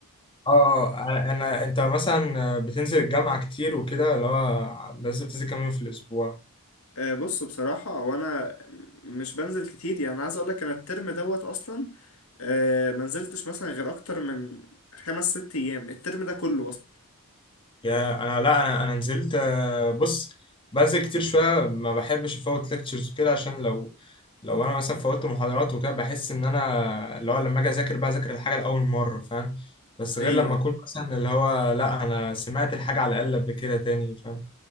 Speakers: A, on the left; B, on the left.
A: اه انا انت مثلا بتنزل الجامعة كتير وكده اللي هو لازم تنزل كام يوم في الأسبوع
B: آه، بص بصراحة وانا مش بنزل كتير يعني عايز اقول لك انا الترم دوت اصلا آه، ما نزلتش مثلا غير اكتر من خمس ست ايام الترم ده كله اصلا
A: يا انا لا انا انا نزلت آه، بص بنزل كتير شويه ما بحبش افوت ليكتشرز وكده عشان لو لو انا مثلا فوتت محاضرات وكده بحس ان انا اللي هو لما اجي اذاكر بقى اذاكر الحاجه لاول مره فاهم بس غير
B: ايوه
A: لما اكون مثلا اللي هو لا انا سمعت الحاجه على الاقل قبل كده تاني فاهم